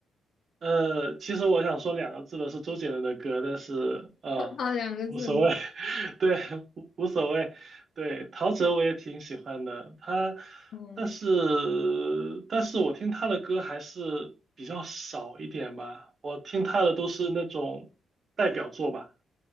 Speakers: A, on the right (about 45°); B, on the left (about 60°).
A: 呃，其实我想说两个字的是周杰伦的歌，但是呃，
B: <laughs> 两个字，
A: 无所谓，<laughs> 对，无无所谓，对，陶喆我也挺喜欢的，他，
B: 嗯
A: 但是但是我听他的歌还是比较少一点吧，我听他的都是那种代表作吧，